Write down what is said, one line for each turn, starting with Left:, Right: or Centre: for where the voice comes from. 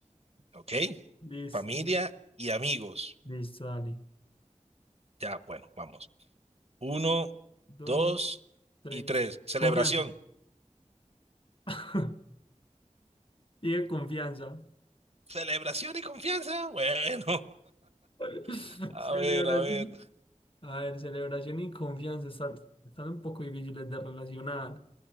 Right: ¿Ok?
Left: Listo,
Right: Familia y amigos.
Left: listo, dale.
Right: Ya, bueno, vamos. Uno,
Left: Dos,
Right: dos
Left: tres.
Right: y tres. Celebración.
Left: Confianza. <laughs> Y de confianza.
Right: Celebración y confianza. Bueno,
Left: <laughs>
Right: <laughs> a
Left: Celebración.
Right: ver, a ver.
Left: A ver, celebración y confianza están, están un poco difíciles de relacionar.